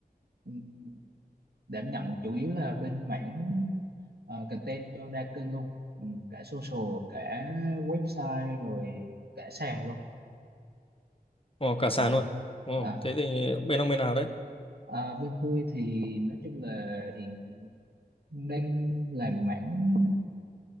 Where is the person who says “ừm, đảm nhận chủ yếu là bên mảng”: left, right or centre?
Right